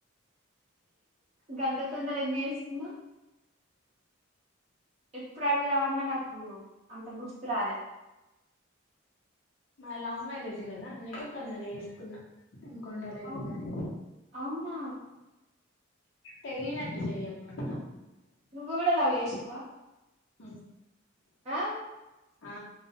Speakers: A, on the right; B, on the left.
A: గంత తొందర ఎందుకు చేసుకున్నవ్ ఎప్పుడు అడుగుదామన్నా నాకు అంత గుర్తురాలే
B: మా లవ్ మ్యారేజ్ కదా అందుకే తొందర చేసుకున్నా ఇంకుండలేంది
A: అవు
B: కానీ
A: అవునా
B: తెలీనట్టు చెయ్యకు మొత్తం
A: నువ్వు కూడా లవ్ చేసినవా
B: ఉమ్
A: ఆ
B: ఆ